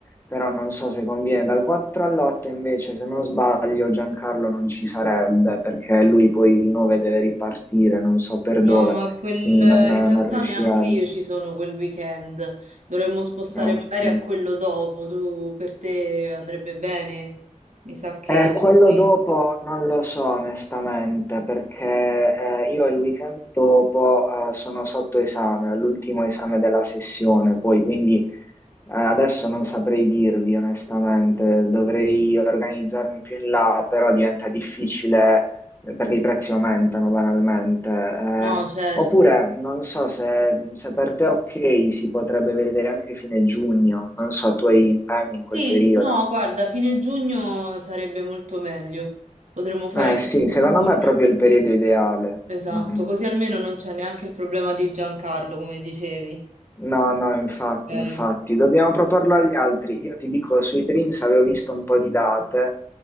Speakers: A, on the left; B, on the right.
A: però non so se conviene, dal 4 all'8 invece se non sbaglio Giancarlo non ci sarebbe perché lui poi il 9 deve ripartire, non so per
B: No,
A: dove
B: ma quel,
A: quindi non, non
B: in realtà
A: riuscirebbe.
B: neanche io ci sono quel weekend. Dovremmo spostare
A: Ah,
B: magari
A: Ok.
B: a quello dopo. Tu per te andrebbe bene? Mi sa che
A: Eh, quello
B: io sì.
A: dopo non lo so onestamente perché eh, io il weekend dopo eh, sono sotto esame, è l'ultimo esame della sessione, poi quindi Eh, Adesso non saprei dirvi onestamente, dovrei organizzarmi più in là, però diventa difficile eh, perché i prezzi aumentano banalmente. Eh,
B: No, certo.
A: oppure non so se, se per te è ok, si potrebbe vedere anche fine giugno, non so, tu hai impegni in quel
B: Sì,
A: periodo.
B: no, guarda, fine giugno sarebbe molto meglio. Potremmo fare
A: Eh
B: fine
A: sì, secondo
B: giugno.
A: me è proprio il periodo ideale.
B: Esatto,
A: Mm.
B: così almeno non c'è neanche il problema di Giancarlo, come dicevi.
A: No, no, infatti,
B: Ok.
A: infatti, dobbiamo proporlo agli altri. Io ti dico, sui Dreams avevo visto un po' di date,